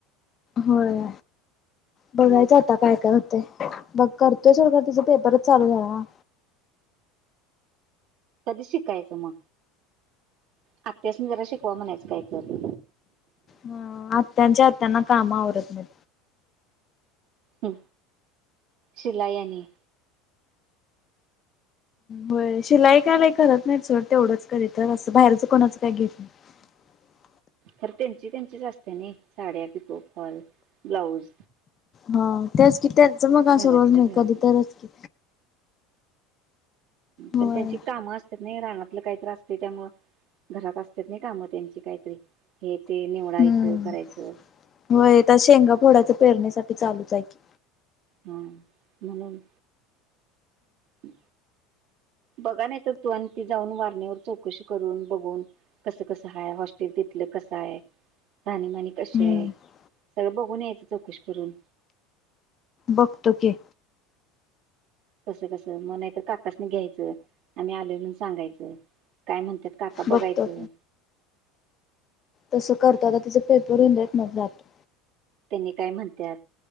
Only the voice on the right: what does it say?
मग
कधी शिकायचं म. आत्यासनी जरा शिकवा म्हणायचं काय तर.
ह् शिलाई आनी.
खर त्यांची त्यांचीच असते नइ साड्या पिको फॉल ब्लाऊज.
घरातल्या
घरातल्या
पण त्यांची कामं असतात नाही रानाातलं काही तर असते त्यामुळ घरात असतात नाही काम त्यांची काही-तरी हे -ते निवडायचं
करायचं.
हा म्हणुन <inaudible> बघा नाही तर तू आणि ती जाऊन वारण्यावर चौकशी करून बघून कसं -कसं हाय हॉस्टेल तिन -- तथलं कस हाय. राहणीमानी कशी
हाय. सगळं बघून यायचं चौकशी करून.
कस- कसं मग नाही तर काकासनी घ्यायचं. आम्ही आलोय म्हणून सांगायचं काय म्हणत्यात काका
बघायचं.
त्यांनी काय म्हणत्यात,